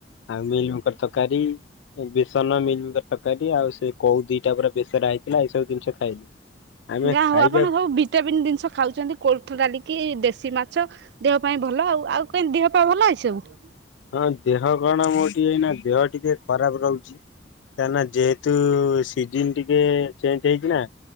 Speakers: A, on the left; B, on the right.
A: ଆଉ ମିଲମିକର ତରକାରୀ। ଏ ବେସନ ମିଲମିକର ତରକାରୀ ଆଉ ସେ କୋଉ ଦିଟା ପୁର ବେସରା ହେଇଥିଲା ଏଇ ସବୁ ଜିନିଷ ଖାଇଲି। ଆମେ
B: ଯାହା
A: ଖାଇବା
B: ହଉ ଆପଣ ସବୁ ଭିଟାମିିନ ଜିନିଷ ଖାଉଛନ୍ତି କୋଳଥଡ଼ାଲି କି ଦେଶୀ ମାଛ। ଦେହ ପାଇଁ ଭଲ ଆଉ ଆଉ କେମିତି ଦେହ ପା ଭଲ ଅଛି ସବୁ।
A: ହଁ ଦେହ କଣ ମୋର ଟିକେ ଏଇ ନା ଦେହ ଟିକେ ଖରାପ ରହୁଛି। କାରଣ ଯେହେତୁ ସିଜନ ଟିକେ ଚେଞ୍ଜ ହେଇଛି ନା